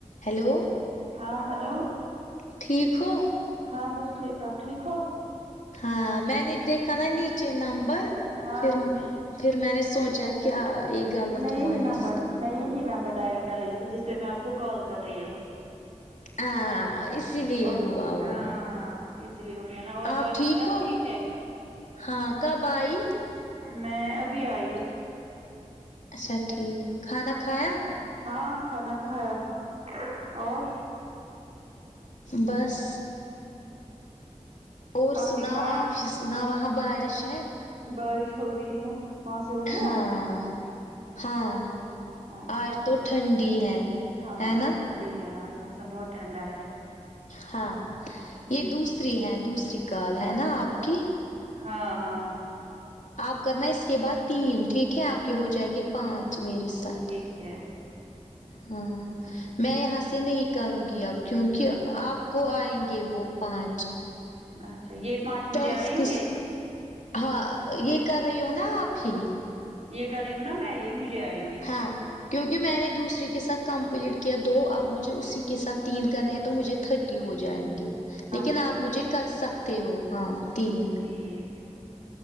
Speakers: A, on the left; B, on the right.
A: hello
B: ہاں hello
A: ٹھیک ہو
B: ہاں بس ٹھیک آپ ٹھیک ہو
A: ہاں میں نے دیکھا نا نیچے نمبر
B: ہاں
A: پھر پھر میں نے سوچا کیا یہ غلط
B: میں یہی
A: ہوا ہے
B: نمبر
A: اس سے
B: میں یہی نمبر ڈائل کر رہی تھی جس پہ میں آپ کو کال کر رہی ہوں
A: ہاں اسی لیے
B: ا
A: ہوا
B: ہاں
A: وہ
B: اس اس لیے ہو گیا نا اور
A: آپ
B: باقی سب
A: ہو
B: ٹھیک ہے
A: ہاں کب آئی
B: میں ابھی آئی
A: اچھا ٹھیک کھانا کھایا
B: ہاں کھانا کھایا اور
A: بس اور
B: آپ
A: سناؤ
B: نے کھایا
A: آفس نہ وہاں بارش ہے
B: بارش ہو رہی ہے وہاں سے ہو رہی
A: ہاں
B: ہے
A: ہاں
B: اچھا
A: آج تو ٹھنڈی ہے
B: ہاں
A: ہے
B: آج
A: نا
B: ٹھنڈی ہے ہاں اج موسم بہت ٹھنڈا ہے
A: ہاں
B: ہ
A: یہ دوسری ہے دوسری کال ہے نا آپ کی
B: ہاں ہاں
A: آپ کرنا اس کے بعد تین ٹھیک ہے آپ کے ہو جائے گے پانچ میرے ساتھ
B: چھ
A: ہمم میں یہاں سے نہیں کروں گی اب کیونکہ آپ کو آئے گے وہ پانچ
B: اچھا یہ پانچ مجھے
A: ٹاسکس
B: آئیں گے
A: ہاں یہ کر رہی ہو نا آپ بھی
B: یہ کر رہی ہوں نا میں یہ مجھے آئیں گے
A: ہاں ھ کیونکہ میں نے دوسرے کے ساتھ کمپلیٹ کیا دو اب مجھے اسی کے ساتھ تین کرنے ہیں تو مجھے تھر ٹی ہو جائیں گے
B: اچھا
A: لیکن آپ مجھے کر سکتے ہو ہاں تین
B: ٹیک